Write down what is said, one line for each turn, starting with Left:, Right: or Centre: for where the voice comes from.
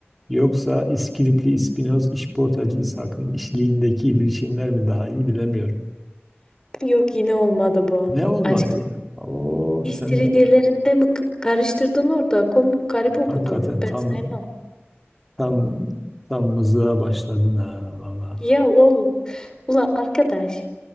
Centre: Yoksa İskilipli İspinoz, İşportacı İshak'ın işliğindeki bilişimler mi daha iyi bilemiyorum.
Left: Yok yine olmadı bu.
Centre: Ne olmadı
Left: Açık.
Centre: ya? Oo,
Left: İstiridyelerinde
Centre: sen
Left: mi k- karıştırdın orada? Komik garip okudun.
Centre: hakikaten tam
Left: Ben saymam.
Centre: tam tam mızığa başladın ha valla.
Left: Ya oğlum. Ula arkadaş.